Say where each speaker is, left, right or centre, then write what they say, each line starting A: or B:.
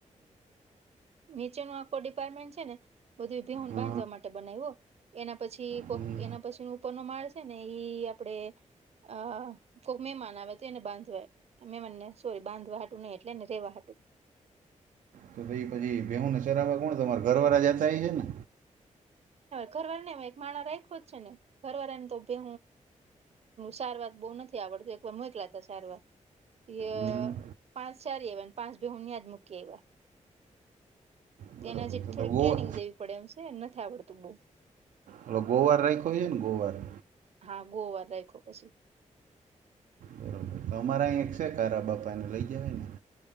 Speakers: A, on the right (about 55°); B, on the right (about 80°).
A: નીચે ન આખો ડિપાર્ટમેન્ટ છે ને બધું ભીઉુન
B: અ
A: બાંધવા માટે બનાવ્યો એના પછી કો
B: હં
A: એના પછી ઉપરનો માળ છે ને ઈ આપડે આ કોઈ મહેમાન આવે તો એને બાંધવાય અમે મને સોરી બાંધવાટ નહીઈ એટલે ને રહેવા
B: તો ભી પછી વેઉુ ને સરાવા કોણ તમારે ઘર વાળા જતાય એ ને
A: ઘરવાળા ને એક માણા રાખ્યો જ છે ને ઘરવાળા ને તો બહુ સારવાર બહુ નથી આવડતું એક વાર મોકલાતા સારવાર એ
B: હં
A: પાંચ ચાર વાન પાંચ મૂકી આયવા તે
B: બરાબર
A: એના જે
B: તો
A: થોડીક
B: તો ગોવા
A: ટ્રેનિંગ દેવી પડે એમ છે નથી આવડતું બઉ
B: ઓલો ગોવાર રાખ્યોઈએ ને ગોવાર
A: હા ગોવાર રાયખો પછી
B: બરાબર તો અમારા અહીંયા એક છે કારા બાપા એને લઈ ગયા ને